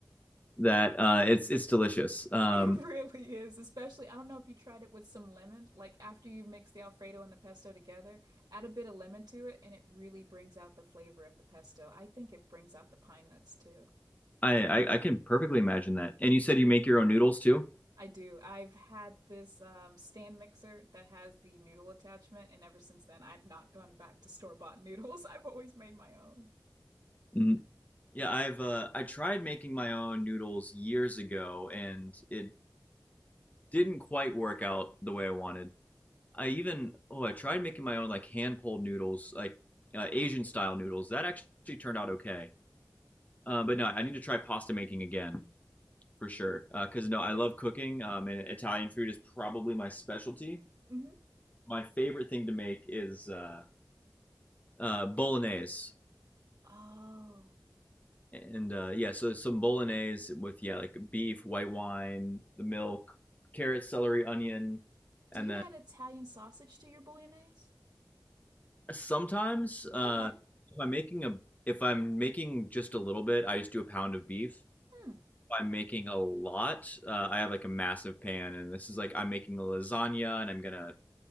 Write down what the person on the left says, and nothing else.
that. Uh, it's it's delicious.
Um,
I, I I can perfectly imagine that. And you said you make your own noodles too?
Mm-hmm. Yeah, I've uh, I tried making my own noodles years ago, and it didn't quite work out the way I wanted. I even oh, I tried making my own like hand pulled noodles, like uh, Asian style noodles. That actually turned out okay. Uh, but no, I need to try pasta making again for sure. Because no, I love cooking, um, and Italian food is probably my specialty.
My favorite thing to make is uh, uh, bolognese.
And uh, yeah, so some bolognese with yeah, like beef, white wine, the milk, carrot, celery, onion,
and
then
sometimes uh,
if I'm making a if I'm making just a little bit, I just do a pound of beef.
If I'm making a lot, uh, I have like a massive pan, and this is like I'm making a lasagna, and I'm gonna